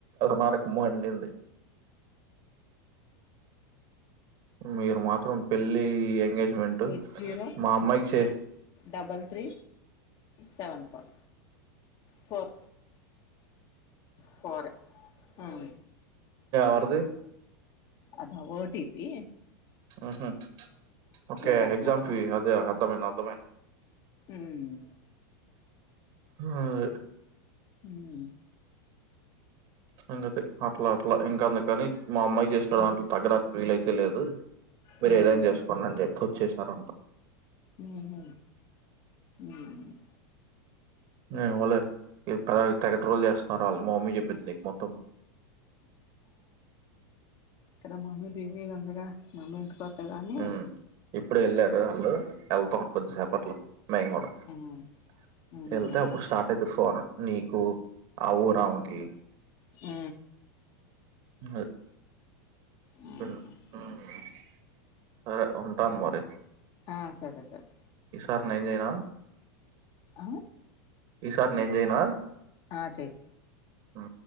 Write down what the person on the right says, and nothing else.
నా <unintelligible> మళ్ళీ ఉంది మీరు మాత్రం పెళ్ళీ ఎ. ఎంగేజ్ మెంటు
మా అమ్మాయికి చే.
ఎవరిది.
అహ ఓకే
ఎగ్జామ్ కి అదే అర్థమైంది అర్థమైంది.
ఆయ్.
<unintelligible> మా అమ్మాయి చేస్తా
అంటు తగ్గద పేల్ అయి. తేలేదు. మీరు
ఏదైనా చేసుకున్న అని జెప్. వొచ్చేసారంట.
నేను వొలే ఇగ ప్రయ్ తెగట్రోల్లు చేస్తున్నారు వాళ్ళు మా మమ్మీ చెప్పిద్ధి నీకు మొత్తం.
హ్మ్. ఇప్పుడే ఎళ్ళారు అందరు. ఏళ్తున్నాం కొద్దిసేపట్లో మేము కూడా,
వెళ్తే
అప్పుడు స్టార్ట్ అయితది ఫోన, నీకు ఆ ఊరామకి.
<unintelligible>
సరే ఉంటన్ మరి
ఇస్. సార్ నేన్ జెయనా.
ఈసారి నేన్ జెయనా.
ఆ.